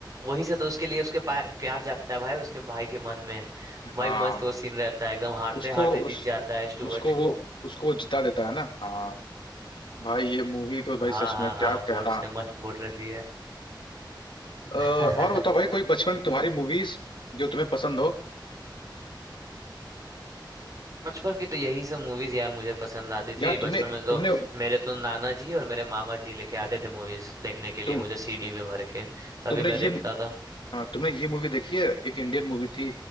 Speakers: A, on the right; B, on the left.
A: वहीं से तो उसके लिए उसके पा- प्यार जागता है भाई उसके भाई के मन में भाई
B: हाँ
A: मस्त वो
B: हाँ।
A: सीन रहता है एकदम हारते
B: उसको
A: हारते
B: उस
A: जीत जाता है स्टुअर्ट
B: उसको वो उसको वो जिता देता है ना हाँ भाई ये मूवी तो भाई
A: हाँ
B: सच
A: हाँ
B: में क्या
A: हाँ बोट
B: कहना
A: से मस्त बोट रहती है
B: अ,
A: <laughs>
B: और बताओ भाई कोई बचपन की तुम्हारी मूवीज जो तुम्हें पसंद हो
A: बचपन की तो यही सब मूवीज यार मुझे पसंद आती
B: यार
A: थी
B: तुमने
A: बचपन में तो
B: तुमने
A: मेरे तो नाना जी और मेरे मामा जी लेके आते थे मूवीज देखने के लिए
B: तुम
A: मुझे सीडी में भर के तभी
B: तुमने ये
A: मैं देखता था
B: हाँ तुमने ये मूवी देखी है एक इंडियन मूवी थी